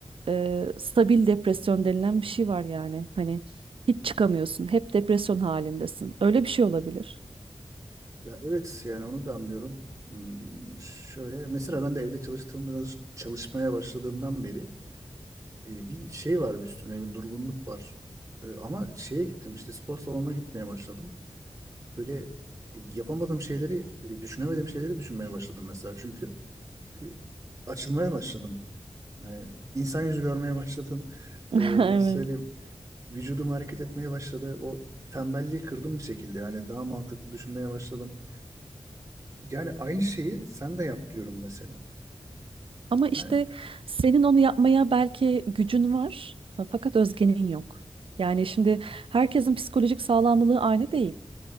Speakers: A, on the right; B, on the right.
A: e, stabil depresyon denilen bir şey var yani. Hani hiç çıkamıyorsun, hep depresyon halindesin. Öyle bir şey olabilir.
B: ya evet yani onu da anlıyorum. Hmm, şöyle mesela ben de evde çalıştığımız çalışmaya başladığımdan beri e, bir şey var bir üstümde bir durgunluk var. E, ama şeye gittim işte spor salonuna gitmeye başladım. Böyle e, yapamadığım şeyleri, e, düşünemediğim şeyleri düşünmeye başladım mesela. Çünkü e, açılmaya başladım. Yani insan yüzü görmeye <laughs> başladım.
A: <laughs>
B: E, nasıl
A: Evet.
B: söyleyeyim? Vücudum hareket etmeye başladı. O tembelliği kırdım bir şekilde. Yani daha mantıklı düşünmeye başladım. Yani aynı şeyi sen de yap diyorum mesela.
A: Ama işte
B: Yani
A: senin onu yapmaya belki gücün var, fakat Özge'nin yok. Yani şimdi herkesin psikolojik sağlamlığı aynı değil.